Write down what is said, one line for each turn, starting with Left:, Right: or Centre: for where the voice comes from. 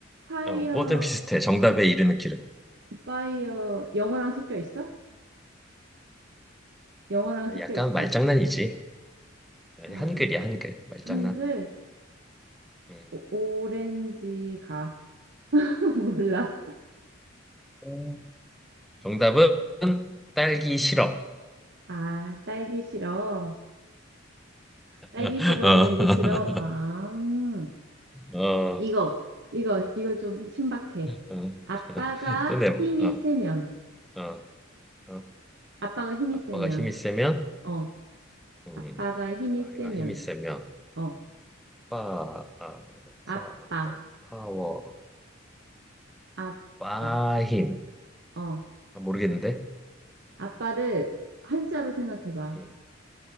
Right: 파이어,
Centre: 어, 뭐든 비슷해. 정답에 이르는 길은.
Right: 파이어, 영어랑 섞여 있어? 영어랑 섞여
Centre: 약간
Right: 있어?
Centre: 말장난이지.
Right: 아,
Centre: 한글이야, 한글. 말장난.
Right: 한글,
Centre: 음.
Right: 오, 오렌지가. <laughs> 몰라.
Centre: 음. 정답은 딸기 시럽.
Right: 아, 딸기 시럽. 딸기
Centre: <laughs>
Right: 시럽, 오렌지 시럽. 아, 음.
Centre: 어,
Right: 이거,
Centre: 어,
Right: 이거, 이거 좀 신박해.
Centre: 어.
Right: 아빠가
Centre: <laughs> 또 내,
Right: 힘이
Centre: 어,
Right: 세면,
Centre: 어, 어.
Right: 아빠가 힘이
Centre: 아빠가
Right: 세면,
Centre: 힘이 세면,
Right: 어,
Centre: 음,
Right: 아빠가 힘이
Centre: 아이가
Right: 세면,
Centre: 힘이 세면,
Right: 어,
Centre: 파, 아, 파,
Right: 아빠,
Centre: 더, 파워,
Right: 아빠.
Centre: 아빠 힘.
Right: 어,
Centre: 아, 모르겠는데?
Right: 아빠를 한자로 생각해봐.
Centre: 음.